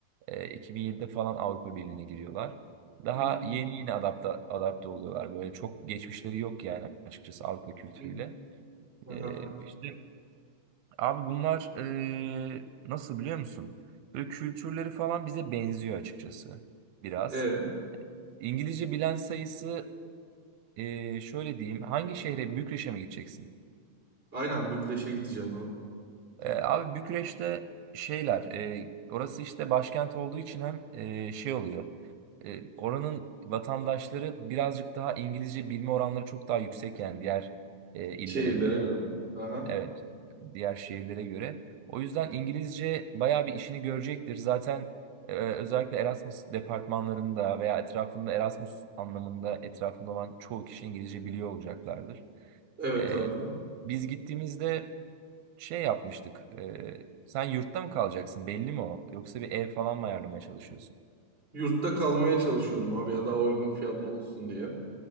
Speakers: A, on the right (about 75°); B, on the right (about 15°).
A: e, 2007'de falan Avrupa Birliği'ne giriyorlar. Daha
B: Hı hı. Hı hı.
A: yeni yeni adapte, adapte oluyorlar. Böyle çok geçmişleri yok yani açıkçası Avrupa kültürüyle.
B: Hı. Hı
A: Ee, işte abi bunlar e, nasıl biliyor musun? Böyle kültürleri falan bize benziyor açıkçası biraz.
B: E,
A: İngilizce bilen sayısı e, şöyle diyeyim. Hangi şehre? Bükreş'e mi gideceksin?
B: aynen Bükreş'e gideceğim abi.
A: Ee, abi Bükreş'te şeyler, e, orası işte başkent olduğu için hem e, şey oluyor. E, oranın vatandaşları birazcık daha İngilizce bilme oranları çok daha yüksek yani diğer e, illere
B: Şehirlere
A: göre.
B: göre. mi? Hı hı.
A: Evet, diğer şehirlere göre. O yüzden İngilizce bayağı bir işini görecektir. Zaten e, özellikle Erasmus departmanlarında veya etrafında Erasmus anlamında etrafında olan çoğu kişi İngilizce biliyor olacaklardır.
B: Evet
A: E,
B: abi.
A: biz gittiğimizde şey yapmıştık. e, sen yurtta mı kalacaksın? Belli mi o? Yoksa bir ev falan mı ayarlamaya çalışıyorsun?
B: Yurtta kalmaya çalışıyorum abi ya daha uygun fiyatlı olsun diye.